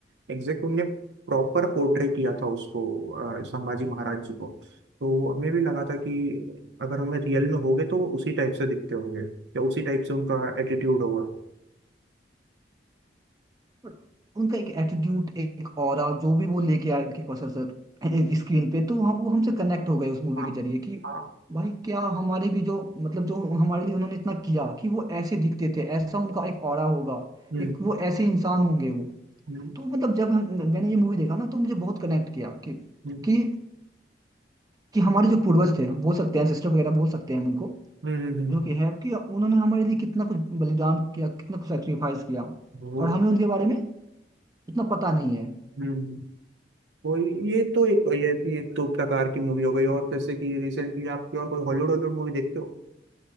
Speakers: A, on the right; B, on the right.
A: एग्जैक्ट उनने प्रॉपर पोर्ट्रे किया था उसको अ, संभाजी महाराज जी को तो हमें भी लगा था कि अगर हमें रियल में होगे तो वो उसी टाइप से दिखते होंगे या उसी टाइप से उनका एटीट्यूड होगा
B: बट उनका एक एटीट्यूड एक ऑरा जो भी वो लेके आए विकी कौशल सर स्क्रीन पे तो वहाँ- वो हमसे कनेक्ट हो गए उस मूवी
A: हाँ
B: के जरिए कि
A: हाँ
B: भाई क्या हमारे भी जो मतलब जो हमारे लिए उन्होंने इतना किया कि वो ऐसे दिखते थे ऐसा उनका एक ऑरा होगा
A: हम्म
B: एक वो ऐसे इंसान होंगे वो
A: हम्म
B: तो मतलब जब हम मैंने ये मूवी देखा ना तो मुझे बहुत कनेक्ट किया कि
A: हम्म
B: कि कि हमारे जो पूर्वज थे बोल सकते हैं सिस्टर वगैरह बोल सकते हैं हम उनको
A: हम्म हम्म,
B: जो कि है कि उन्होंने हमारे लिए कितना कुछ बलिदान किया कितना कुछ सेक्रीफाइस किया
A: वो
B: और हमें उनके बारे में इतना पता नहीं है
A: हम्म हम्म। कोई ये तो एक ये भी एक तो प्रकार की मूवी हो गई और जैसे कि रिसेंटली आप कोई और कोई हॉलीवुड हॉलीवुड मूवी देखते